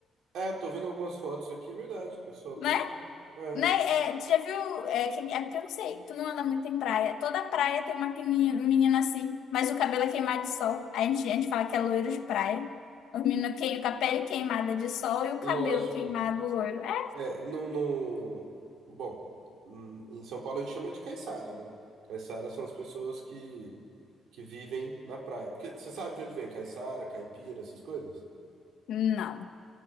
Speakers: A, on the right; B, on the left.
A: É, tô vendo algumas fotos aqui, é verdade. O pessoal
B: né?
A: tem. É,
B: Né? É, tu já viu? É, que- é porque eu não sei, tu não anda muito em praia. Toda praia tem uma que- menina, menina assim, mas o cabelo é queimado de sol. Aí A gente, a gente fala que é loiro de praia. O menino queima com a pele queimada de sol e o cabelo
A: lógico.
B: queimado loiro. É?
A: É, no, no... Bom, hum, em São Paulo a gente chama de caiçara, né? Caiçara são as pessoas que, que vivem na praia. Porque você sabe de onde vem caiçara, caipira, essas coisas?
B: Não,